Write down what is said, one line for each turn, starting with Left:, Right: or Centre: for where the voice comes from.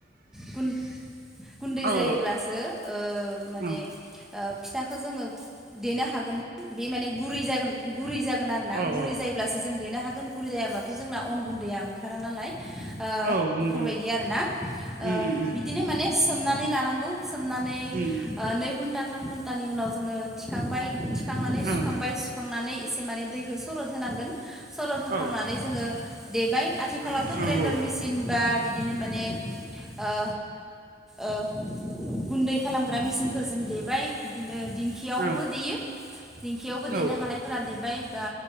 Centre: गुन गुन्दै
Right: औ
Centre: जायोब्लासो ओ माने
Right: औ
Centre: ओ फिथाखौ जोङो देनो हागोन बे माने गुरै जागोन गुरै जागोन आरो ना
Right: औ
Centre: गुरै
Right: औ
Centre: जायोब्लासो जों देनो हागोन गुरै जायाब्लाथ' जोंना अन गुन्दैया ओंखारा नालाय ओ
Right: औ नंगौ
Centre: बेफोरबायदि आरोना ओ
Right: उम उम
Centre: बिदिनो माने सोमनानै लानांगौ सोमनानै
Right: उम
Centre: ओ नै घन्टा थाम घन्टानि उनाव जोङो थिखांबाय थि खांनानै सुखांबाय
Right: उम औ
Centre: सुखांनानै एसे माने दैखौ सरथ होनांगोन सरथ
Right: औ
Centre: खांनानै जोङो देबाय आथिखालावथ'
Right: औ
Centre: ग्रेडार मिस थिनबा बिदिनो माने ओ ओ गुन्दै खालामग्रा मेसिनफोरजों देबाय बिदिनो दिंखि खियावबो
Right: औ
Centre: देयो दिंखियावबो
Right: औ
Centre: देनो
Right: औ
Centre: हानायफोरा देबाय बा